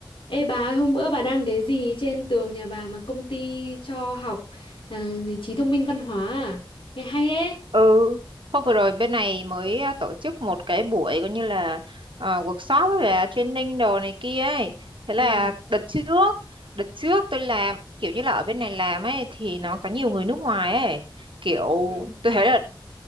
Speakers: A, on the left (about 80°); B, on the right (about 70°).
A: Ê bà ơi, hôm bữa bà đăng cái gì trên tường nhà bà mà công ty cho học à, gì trí thông minh văn hóa à? Nghe hay ấy.
B: Ừ, hôm vừa rồi bên này mới à, tổ chức một cái buổi coi như là à, workshop với là training đồ này kia ấy. Thế
A: Ừ.
B: là đợt trước, đợt trước tôi làm kiểu như là ở bên này làm ấy thì nó có nhiều người nước ngoài ấy. Kiểu
A: ừ.
B: tôi thấy là